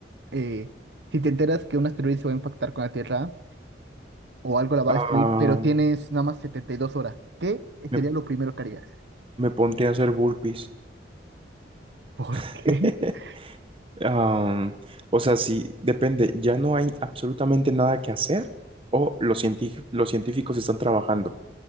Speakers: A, on the right; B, on the right.
A: eh, si te enteras que un asteroide se va a impactar con la Tierra o algo la va
B: Ah,
A: a destruir, pero tienes nada más 72 horas? ¿Qué
B: me,
A: sería lo primero que harías?
B: me pondría a hacer burpees.
A: ¿Por
B: <laughs>
A: qué? <laughs>
B: Am, o sea, sí, depende, ya no hay absolutamente nada que hacer o los cienti- los científicos están trabajando.